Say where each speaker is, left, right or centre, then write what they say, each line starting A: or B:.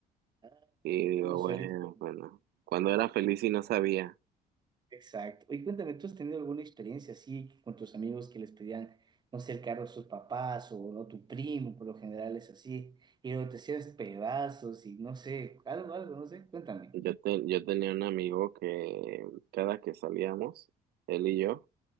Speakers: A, on the right; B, on the right.
A: Ah,
B: y
A: éramos
B: digo, bueno,
A: suelitos.
B: bueno, cuando era feliz y no sabía,
A: Exacto. Oye, cuéntame, ¿tú has tenido alguna experiencia así que con tus amigos que les pedían, no sé, el carro a sus papás o no tu primo, por lo general es así, y luego te hacías pedazos y no sé, algo, algo, no sé, cuéntame.
B: yo, te- yo tenía un amigo que cada que salíamos, él y yo,